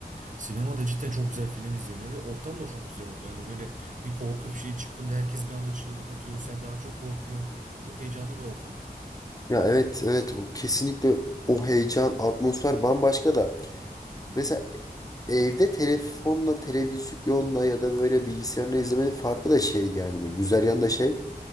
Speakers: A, on the right (about 50°); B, on the left (about 20°).
A: sinemada cidden çok güzel film izleniyor ve ortam da çok güzel oluyor. Hani böyle bir korku bir şey çıktığında herkes bir anda çığlık atıyor. Sen daha çok korkuyorsun. Çok heyecanlı bir ortam.
B: Ya evet evet o kesinlikle o heyecan atmosfer bambaşka da.
A: Hı
B: Mesela
A: hı.
B: evde telefonla televizyonla ya da böyle bilgisayarla izlemenin farkı da şey yani güzel yanı da şey.